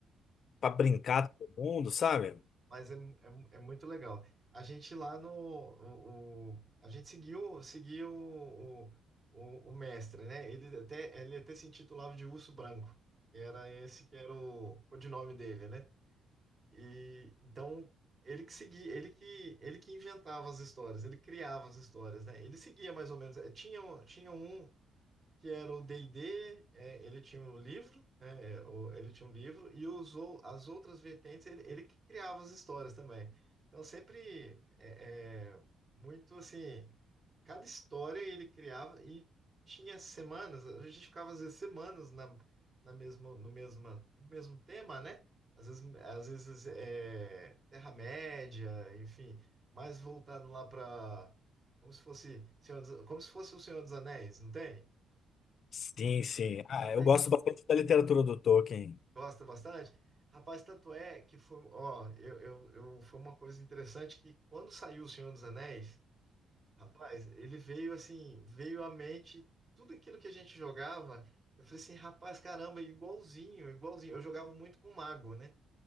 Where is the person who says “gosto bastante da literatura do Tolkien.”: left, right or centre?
Left